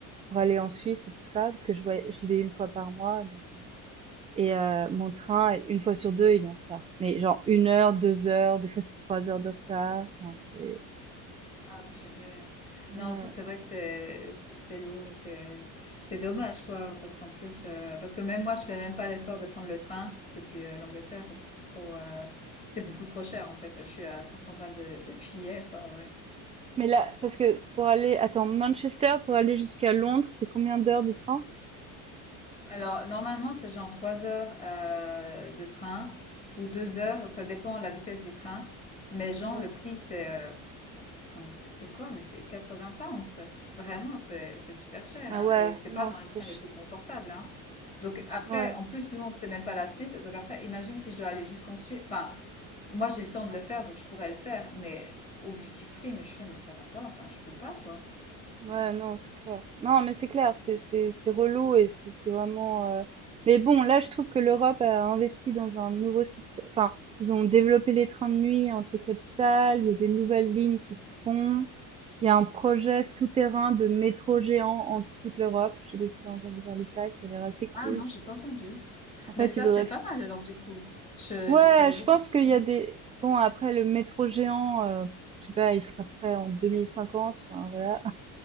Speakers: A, on the right (about 20°); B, on the left (about 15°).
A: pour aller en Suisse et tout ça parce que je voy- j'y vais une fois par mois. Et euh, mon train, une fois sur deux, il est en retard. Mais genre une heure, deux heures, des fois c'est trois heures de retard. Non, c'est...
B: hop, je vais.
A: Ouais.
B: Non, ça, c'est vrai que c'est c'est c'est lourd et c'est c'est dommage quoi, parce qu'en plus, euh, parce que même moi, je fais même pas l'effort de prendre le train depuis euh, l'Angleterre parce que c'est trop, euh, c'est beaucoup trop cher en fait. Je suis à 500 balles de de billet. Enfin ouais.
A: Mais là, parce que pour aller... Attends, Manchester, pour aller jusqu'à Londres, c'est combien d'heures de train?
B: Alors normalement, c'est genre 3 heures euh, de train ou 2 heures, ça dépend de la vitesse des trains. Mais genre
A: Ouais.
B: le prix, c'est euh, Attends, c'est c'est quoi? Mais c'est 80 pounds. Vraiment, c'est c'est super cher.
A: Ah
B: Hein?
A: ouais,
B: Et c'était
A: non,
B: pas dans
A: ça
B: les
A: fait...
B: trains
A: ch-
B: les plus confortables. Hein? Donc après,
A: Ouais.
B: en plus, Londres, c'est même pas la suite. Donc après, imagine si je dois aller jusqu'en Suisse. Enfin, moi, j'ai le temps de le faire, donc je pourrais le faire. Mais au vu du prix, mais je suis là, mais ça va pas. Enfin, je peux pas, quoi.
A: Ouais, non, c'est clair. Non, mais c'est clair, c'est c'est c'est relou et c'est c'est vraiment. euh, Mais bon, là, je trouve que l'Europe a investi dans un nouveau système. Enfin, ils ont développé les trains de nuit entre les capitales. Il y a des nouvelles lignes qui se font. Il y a un projet souterrain de métro géant entre toute l'Europe. Je sais pas si t'as entendu parler de ça, qui a l'air assez cool.
B: Ah non, j'ai pas entendu.
A: En fait,
B: Mais ça,
A: ils voudraient.
B: c'est
A: f-
B: pas mal alors du coup. Je,
A: Ouais,
B: je salue
A: je
B: beaucoup
A: pense
B: de projets.
A: qu'il y a des. Bon, après le métro géant, euh, je sais pas, il sera prêt en 2050. Enfin, voilà.